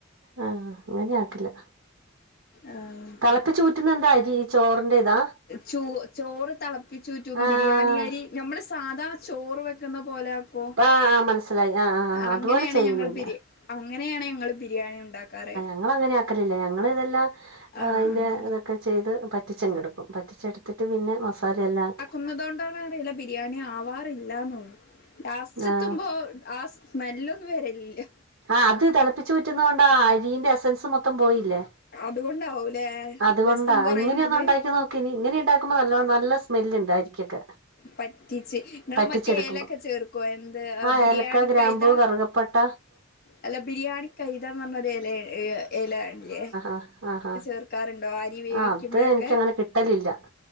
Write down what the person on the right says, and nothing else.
ആഹ് അങ്ങനെ ആട്ടല്
തളപ്പിചൂറ്റുന്ന എന്താ അരി ചോറിന്റെ ഇതാ
ആഹ്
ആഹ് ആഹ് മനസ്സിലായി ആഹ് ആഹ്
അതുപോലെ ചെയ്യുന്നില്ല
ഞങ്ങളങ്ങനെ ആക്കലില്ല ഞങ്ങളിതല്ലാം
അയിന്റെ ഇതൊക്കെ ചെയ്ത് പറ്റിച്ചെങ്ങെടുക് ക്കും. പറ്റിച്ചെടുത്തിട്ട് പിന്നെ മസാല എല്ലാം ആക്
ആഹ്
ആഹ് അത് തെളപ്പിച്ചൂറ്റുന്നതോണ്ടാ അരീന്റെ എസൻസ് മൊത്തം പോയില്ലേ
അതുകൊണ്ടാ
ഇങ്ങനെയൊന്ന് ഉണ്ടാക്കി നോക്ക് ഇനി ഇങ്ങനെ ഉണ്ടാക്കുമ്പോ നല്ലോണം നല്ല സ്മെല്ല് ണ്ട് അരിക്കൊക്കെ
പറ്റിച്ചെടുക്കുമ്പോ
ആഹ്
ഏലക്ക ഗ്രാമ്പൂ
കറുകപ്പട്ട
അഹ് ആഹാ
ആഹ് ത് എനിക്കങ്ങനെ കിട്ടലില്ല